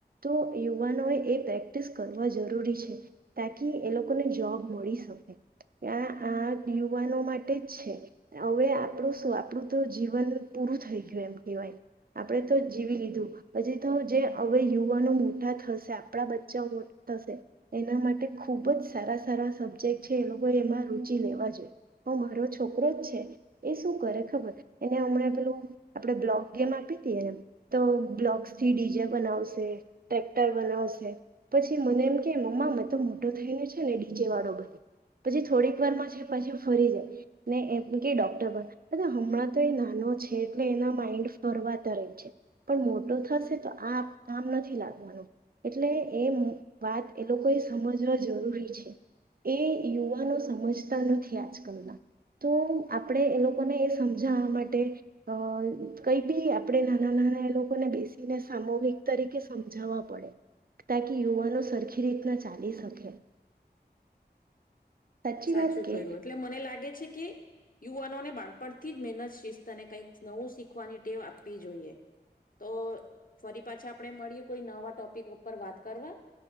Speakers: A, on the right; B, on the left.
A: તો યુવાનો એ પ્રેક્ટિસ કરવા જરૂરી છે. તાકી એ લોકોને જોબ મળી શકે આ આ યુવાનો માટે જ છે હવે આપણું શું આપણું તો જીવન પૂરું થઈ ગયું એમ કહેવાય આપણે તો જ જીવી લીધું તો જે હવે યુવાનો મોટા થશે આપણા બચ્ચાઓ મોટા થશે એના માટે ખૂબ જ સારા સારા સબ્જેક્ટ છે એ લોકોએ એમાં રૂચિ લેવા જોઈએ ઓ મારો છોકરો જ છે એ શું કરે ખબર એને હમણાં પેલું આપણે બ્લોક ગેમ આપી હતીએ ને તો બ્લોક્સથી ડીજે બનાવશે ટ્રેક્ટર બનાવશે પછી મને એમ કે મમ્મા મેં તો મોટો થઈને છે ને ડીજેવાળો બને પછી થોડીક વારમાં છે પાછી ફરી જાય ને એમ કે ડૉક્ટર બના હમણાં તો એ નાનો છે એટલે એના માઇન્ડ ફરવા તરફ જાય પણ મો થશે તો આ કામ નથી લાગવાનું એટલે એ વાત એ લોકો એ સમજવા જરૂરી છે. એ યુવાનો સમજ જતા નથી આજકાલના તો આપણે એ લોકોને એ સમજાવવા માટે હ કઈ બી આપડે નાના નાના એ લો બેસીને સામૂહિક તરીકે સમજાવવા પડે તકી યુવાનો સરખી રીતના ચાલી શકે. સાચી
B: સાચું
A: વાત કે
B: ક્યું એટલે મને લાગે છે કે યુવાનોને બાળપણથી જ મહેનત શિસ્તને કઈક નવું શીખવાની ટેવ આપવી જોઈએ તો ફરી પાછા આપણે મળીએ કોઈ નવા ટોપિક ઉપર વાત કરવા